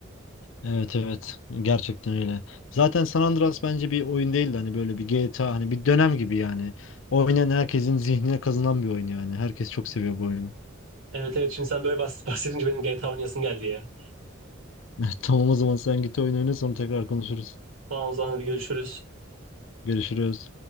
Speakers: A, on the left; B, on the right.
A: Evet evet gerçekten öyle. Zaten San Andreas bence bir oyun değildi hani böyle bir GTA hani bir dönem gibi yani. Oynayan herkesin zihnine kazınan bir oyun yani. Herkes çok seviyor bu oyunu.
B: Evet evet şimdi sen böyle bahs- bahsedince benim GTA oynayasım geldi ya.
A: <laughs> Tamam o zaman sen git oyun oyna sonra tekrar konuşuruz.
B: Tamam o zaman hadi görüşürüz.
A: Görüşürüz.